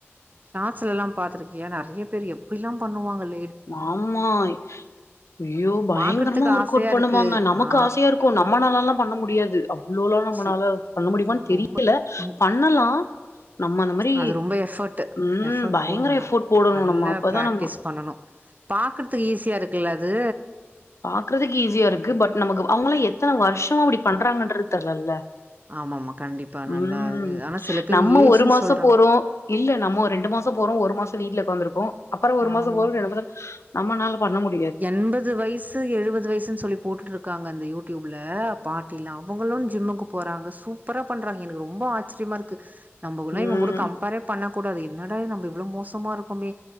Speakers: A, on the right; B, on the left.
A: ஷாட்ஸுலல்லா பாத்துருக்கியா நெறைய பேர் எப்டிலா பண்ணுவாங்கல்
B: மாம்மாய் உய்யோ பயங்கரமா
A: பாக்குறதுக்கு
B: ஒர்க்கவுட்
A: ஆசையா
B: பண்ணுவாங்க
A: இருக்கு
B: நமக்கு
A: ஆ
B: ஆசையாருக்கும் நம்மனாலல்லா பண்ண முடியாது வ்ளோலா நம்மனால
A: ச்சி
B: பண்ண முடியுமான்னு
A: ஆமா
B: தெரியல
A: ரொம்ப ம்
B: பண்ணலா நம்ம அந்த மாரி
A: அது ரொம்ப எஃபர்ட்
B: உம்
A: எஃபர்ட்
B: பயங்கர
A: போடணு
B: எஃபோர்ட் போடணு
A: நல்லா
B: நம்ம அப்பதா
A: பிராக்டிஸ்
B: நம்மோ
A: பண்ணணு பாக்குறதுக்கு ஈஸியா இருக்குல்ல அது
B: பாக்குறதுக்கு ஈஸியா இருக்கு பட் நமக்கு அவங்கல்லா எத்தனை வருஷோம அப்படி பண்றாங்கன்றது தெர்லல்ல
A: ஆமா ஆமா கண்டிப்பா நல்லா
B: உம்
A: அது ஆனா சில பேர்
B: நம்ம
A: ஏஜ்ன்னு
B: ஒரு மாசோ
A: சொல்றாங்க
B: போறோ இல்ல நம்ம ரெண்டு
A: ஆமா
B: மா மாஷொ போறோ ஒரு மாஷோ வீட்டுல உக்காந்திருக்கோ அப்புற ஒரு மாஷோ
A: ஆமா
B: போறோ ரெண்டு மாஷோ நம்மனால பண்ண முட்
A: எண்பது வய் ஸ்ஸு எழுபது வயசுனு சொல்லி போட்டுட்டு இருக்காங்க அந்த யூடியூப்ல பாட்டில்லா அவங்களு ஜிம்முக்கு போறாங்க சூப்பரா பண்றாங்க எனக்கு ரொம்ப ஆச்சரியமா இருக்கு நம்மகுல்லா
B: ம்
A: இவங்க கூட கம்பேரே பண்ணக் கூடாது என்னடாது நம்ம இவ்ளோ மோசமா இருக்கோமே